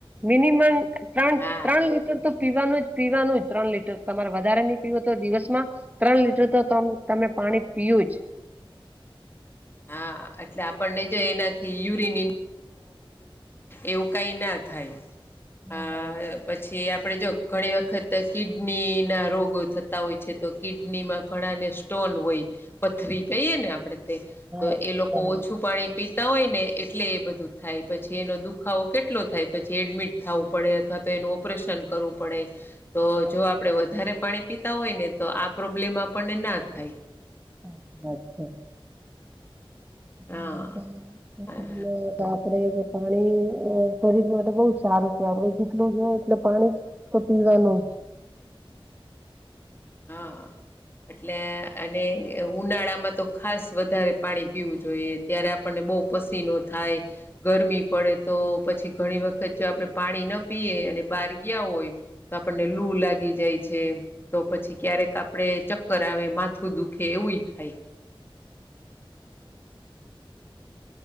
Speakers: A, on the right; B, on the left.
A: મિનિમમ ત્રણ
B: હા
A: ત્રણ લીટર તો પીવાનું જ પીવાનું જ ત્રણ લીટર તમારે વધારે નહી પીવો તો દિવસમાં. ત્રણ લીટર તો તમે પાણી પીવુ જ.
B: હા એટલે આપણને જે એનાથી યુરીન એવું કઈ ના થાય,
A: બરાબર
B: આ
A: છે.
B: પછી જે આપણે જો ઘણી વખત કિડની ના રોગ થતા હોય છે તો કિડની માં ઘણા ને સ્ટોન હોય, પથરી કહીએ ને આપણેે તે
A: હા
B: તો એ લોકો
A: બરાબર.
B: ઓછું પાણી પીતા હોય ને એટલે એ બધું થાય પછી એનો દુખાવો કેટલો થાય પછી એડમિટ થાવું પડે અથવા તો એનું ઓપરેશન કરવું પડે. તો
A: સાચી
B: જો આપણે
A: વાત.
B: વધારે પાણી પીતા હોય ને તો આ પ્રોબ્લેમ આપણને ના થાય.
A: અચછા અચ્છા. <unintelligible>
B: હા.
A: અ
B: હા
A: કે પાણી શરીર બહુ જ છે આપડ જેટલું જ એટલે પાણી પીવાનું.
B: હા એટલે અને ઉનાળામાં તો ખાસ વધારે પાણી પીવું જોઈએ ત્યારે આપણને બહુ પસીનો થાય. ગરમી પડે તો વખત જો આપણે પાણી ના પીએ અને બહાર ગયા હોય. તો આપણને લૂ લાગી જાય છે તો પછી ક્યારેક આપણે ચક્કર આવે માથું દુખે એવું થાય.